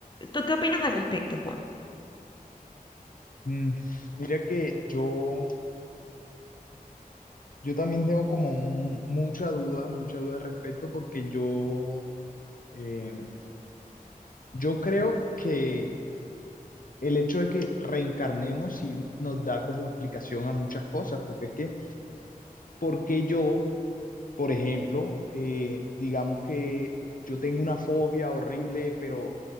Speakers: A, on the left; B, on the left.
A: ¿Tú qué opinas al respecto, Juan?
B: Mm, mira que yo... Yo también tengo como un- mucha duda, mucha duda al respecto, porque yo, eh, yo creo que el hecho de que reencarnemos sí nos da como explicación a muchas cosas, porque es que, ¿por qué yo Por ejemplo, eh, digamos que yo tengo una fobia horrible, pero